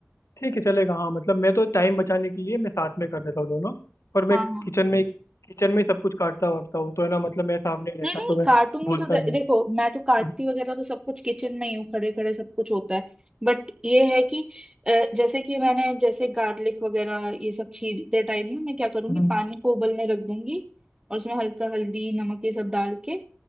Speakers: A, on the left (about 80°); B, on the right (about 20°).
A: ठीक है चलेगा हाँ मतलब मैं तो टाइम बचाने के लिए मैं साथ में कर देता हूँ दोनों पर
B: हाँ
A: मैं
B: हाँ
A: किचन में किचन में ही सब कुछ काटता वाटता हूँ तो है ना मतलब मेरे सामने ही रहता
B: नहीं नहीं
A: है तो मैं
B: काटूंगी
A: भूलता
B: तो दे,
A: नहीं हूँ
B: देखो मैं तो काटती
A: हम्म,
B: वगैरह तो सब कुछ किचन में ही हूँ खड़े खड़े सब कुछ होता है बट ये है कि अ, जैसे कि मैंने जैसे गार्लिक वगैरह ये सब छीलते टाइम ना मैं क्या करूंगी
A: हम्म,
B: पानी को उबलने रख दूंगी और उसमें हल्का हल्दी नमक ये सब डाल के